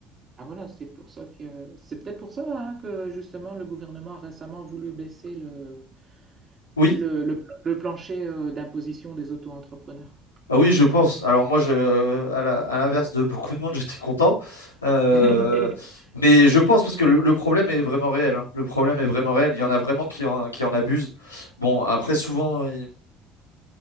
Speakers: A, on the right (about 35°); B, on the left (about 80°).
A: Ah voilà, c'est pour ça que c'est peut-être pour ça hein, que justement le gouvernement a récemment voulu baisser le,
B: Oui,
A: le, le- le plancher euh, d'imposition des auto-entrepreneurs.
B: ah oui, je pense. Alors moi, je, euh, à la- à l'inverse de beaucoup de monde, <laughs> j'étais content, Euh,
A: <laughs>
B: mais je pense parce que le, le problème est vraiment réel. hein. Le problème est vraiment réel. Il y en a vraiment qui en, qui en abusent. Bon, après, souvent, ils